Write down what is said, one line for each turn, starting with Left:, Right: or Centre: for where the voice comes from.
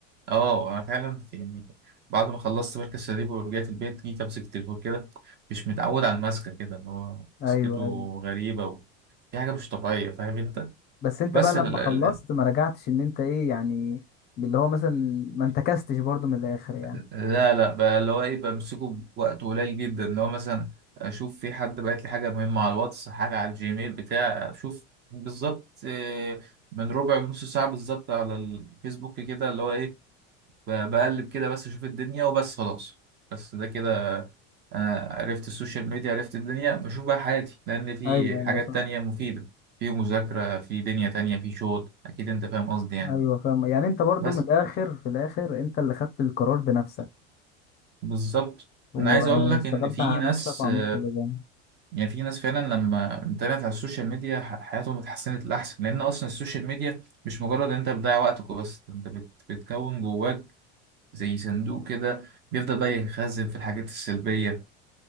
Right: اه انا فعلا في- يعني بعد ما خلصت مركز شباب ورجعت البيت جيت امسك التليفون كده مش متعود على المسكه كده ان هو
Left: ايوه
Right: مسكته
Left: ايوه
Right: غريبه و... دي حاجه مش طبيعيه فاهم انت
Left: بس انت
Right: بس
Left: بقى لما
Right: ال... ال...
Left: خلصت ما رجعتش ان انت ايه يعني اللي هو مثلا ما انتكستش برضو من الاخر يعني
Right: لا لا بقى اللي هو ايه بمسكه بوقت قليل جدا اللي هو مثلا اشوف في حد بعت لي حاجه مهمه على الواتس حاجه على الجيميل بتاع اشوف بالظبط آه، من ربع نص ساعه بالظبط على الفيسبوك كده اللي هو ايه ب- بقلب كده بس اشوف الدنيا وبس خلاص بس ده كده انا عرفت السوشيال ميديا عرفت الدنيا بشوف بقى حياتي لان في
Left: ايوه
Right: حاجات
Left: ايوه صح
Right: تانية مفيدة في مذاكرة في دنيا تانية في شغل اكيد انت فاهم قصدي يعني
Left: ايوه فاهم يعني انت برضو
Right: بس
Left: من الاخر في الاخر انت اللي خدت القرار بنفسك
Right: بالظبط
Left: واشتغلت
Right: انا عايز اقول لك ان في
Left: على
Right: ناس
Left: نفسك وعملت
Right: آه،
Left: اللي جنبك.
Right: يعني في ناس فعلا لما انتبهت على السوشيال ميديا ح- حياتهم اتحسنت لاحسن لان اصلا السوشيال ميديا مش مجرد ان انت بتضيع وقتك بس انت بت- بتكون جواك زي صندوق كده بيفضل بقى يخزن في الحاجات السلبية